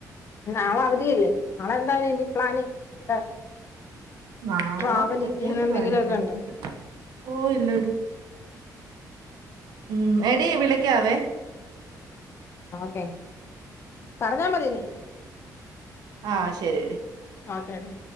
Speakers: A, on the left; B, on the right.
A: നളേ അവധിയില്ലേ നാളെന്താണ് ഇനി പ്ലാനി എന്താ
B: നാളെ
A: ട്രാവലിങ്
B: പ്രത്യേകിച്ച്
A: അങ്ങനെ എന്തെങ്കിലുമൊക്കെ
B: പ്ലാനിങ് ഒന്നുമില്ല
A: ഉണ്ടോ
B: ഓ ഇല്ലടി ഉം എടി വിളിക്കാവേ
A: ക്ക പറഞ്ഞ മതിന്
B: ആ ശരിടി
A: ഒക്കെ ടി